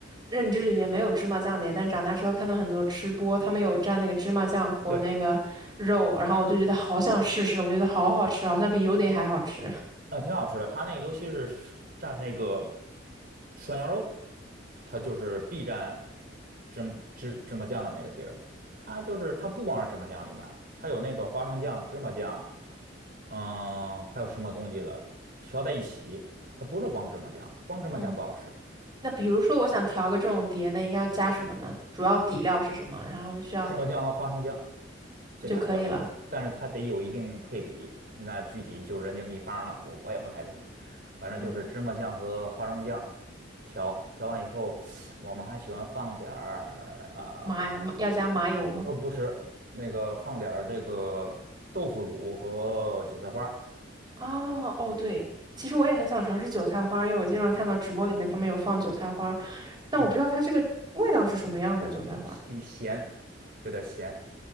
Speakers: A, on the right; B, on the right.
A: 认知里面没有芝麻酱碟，但长大之后看到很多吃播，他们有蘸那个芝麻酱裹那个肉，
B: 对。
A: 然后我就觉得好想试试，我觉得好好吃，好像比油碟还好吃。
B: 呃，挺好吃的。它那个尤其是蘸那个涮羊肉，它就是必蘸芝芝芝麻酱的那个地儿。它就是它不光是芝麻酱里面儿，还有那个花生酱、芝麻酱，嗯，还有什么东西的调在一起。它不是光芝麻酱，光芝麻酱不好吃。
A: 嗯，那比如说我想调个这种碟，那应该要加什么呢？主要底料是什么？然后需要
B: 芝麻酱和花生酱这两个，
A: 就可以了。
B: 但是它得有一定配比。那具体就是人家秘方了，我我也不太懂。反正就是芝麻酱和花生酱
A: 嗯。
B: 调调完以后，我们还喜欢放点儿啊，
A: 麻麻要加麻油吗？
B: 呃，哦不吃那个放点儿这个豆腐乳和韭菜花
A: 哦哦，对，其实我也很想尝试韭菜花儿因为我经常看到直播里面他们有放韭菜花儿但我不知道它这个味道是什么样的韭菜花儿
B: 嗯，有咸，有点咸。